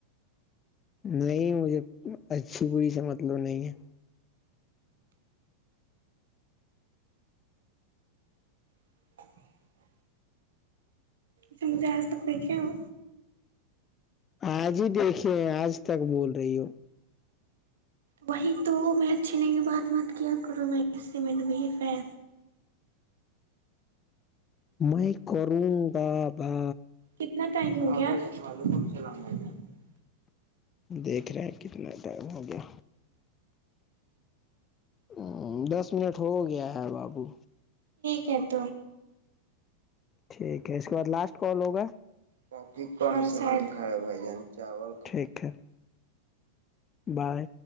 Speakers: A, on the left (about 25°); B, on the right (about 60°).
A: نہیں مجھے اچھی بری سے مطلب نہیں ہے
B: ا <unintelligible> ج مجھے آ سکتے کی ہو
A: آج ہی دیکھے آج تک بول رہی ہو
B: وہیں تو میں اچھی نہیں بات مت کیا کروں م اس سے ملبیف ہے
A: میں میں کروں بابا
B: کتنا ٹائم ہوگا <unintelligible>
A: دیکھ ریکھ کتنا ٹائم ہو گیا ہ دس منٹ ہو گیا ہے بابو
B: کت
A: ٹھیک ہے اس کے بعد لاسٹ کال ہوگا
B: <unintelligible> کون س کائے بھ جان چاولائے
A: ٹھیک ہے بائے